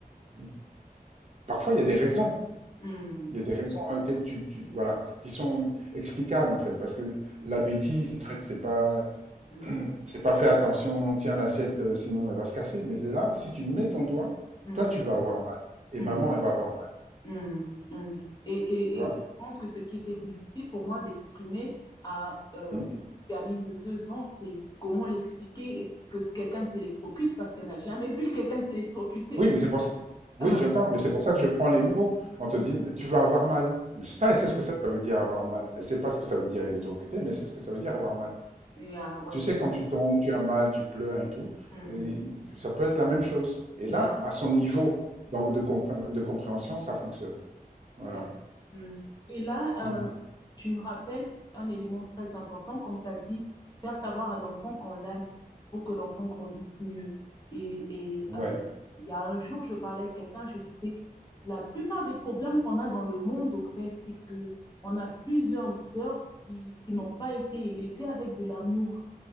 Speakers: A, on the right; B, on the left.
A: il- parfois il y a des raisons.
B: Hmm,
A: Il y a des raisons à laquelle tu, tu-
B: hmm,
A: voilà, qui sont explicables en fait, parce que la bêtise, en fait, c'est pas,
B: hmm,
A: c'est pas fait attention, tiens l'assiette, euh, sinon elle va se casser. Mais là, si tu mets ton doigt,
B: hmm,
A: toi
B: hmm,
A: tu vas avoir mal, et
B: hmm.
A: maman elle va avoir mal,
B: Mm, mm. Et, et,
A: tu vois.
B: et je pense que ce qui était difficile pour moi d'exprimer à euh,
A: Hmm.
B: une gamine de deux ans, c'est comment l'expliquer que quelqu'un s'électrocute parce qu'elle n'a jamais vu <laughs> quelqu'un s'électrocuter.
A: Oui, mais c'est pour ça. Oui,
B: Euh,
A: j'entends, mais c'est pour ça que je prends les mots. On te dit,
B: mm,
A: mais tu vas avoir mal. Mais ça,
B: mm,
A: elle sait ce que ça veut dire avoir mal. Elle sait pas ce que ça veut dire électrocuté, mais elle sait ce que ça
B: mm.
A: veut dire avoir mal.
B: yeah, ouais.
A: Tu sais, quand tu tombes, tu as mal, tu pleures et tout,
B: mm,
A: et ça peut être la même chose. Et
B: yeah,
A: là, à son niveau donc de compré- de compréhension, ça fonctionne. Voilà.
B: yeah, mm. Et là,
A: Mm.
B: euh, tu me rappelles un élément très important, comme tu as dit, faire savoir à l'enfant qu'on l'aime pour que l'enfant grandisse mieux. Et, et,
A: Ouais,
B: euh, il y a un jour, je parlais avec quelqu'un, je disais que la plupart des problèmes qu'on a dans le monde, au fait, c'est que on a plusieurs leaders qui, qui n'ont pas été élevés avec de l'amour.